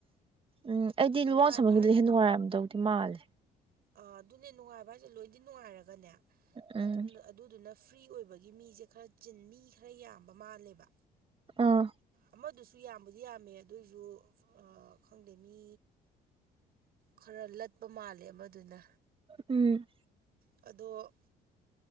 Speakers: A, on the right; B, on the right.
A: ꯎꯝ ꯑꯩꯗꯤ
B: ꯅꯨꯡꯉꯥꯏꯕ
A: ꯂꯨꯋꯥꯡꯁꯥꯡꯕꯝꯒꯤꯗꯨꯅ ꯍꯦꯟꯅ ꯅꯨꯡꯉꯥꯏꯔꯝꯗꯧꯗꯤ ꯃꯥꯜꯂꯦ
B: ꯑ ꯑꯗꯨꯅꯦ ꯅꯨꯡꯉꯥꯏꯕ ꯍꯥꯏꯁꯦ ꯂꯣꯏꯗꯤ ꯅꯨꯡꯉꯥꯏꯔꯒꯅꯦ
A: ꯎꯝ
B: ꯑꯗꯨꯝ ꯑꯗꯨꯗꯨꯅ ꯐ꯭ꯔꯤ ꯑꯣꯏꯕꯒꯤ ꯃꯤꯁꯦ ꯈꯔ ꯆꯤꯟ ꯃꯤ ꯈꯔ ꯌꯥꯝꯕ ꯃꯥꯜꯂꯦꯕ
A: ꯑꯥ
B: ꯑꯃꯗꯨꯁꯨ ꯌꯥꯝꯕꯨꯗꯤ ꯌꯥꯝꯃꯦ ꯑꯗꯨꯏꯁꯨ ꯑ ꯈꯪꯗꯦ ꯃꯤ ꯈꯔ ꯂꯠꯄ ꯃꯥꯜꯂꯦ ꯑꯃꯗꯨꯅ
A: ꯎꯝ
B: ꯑꯗꯣ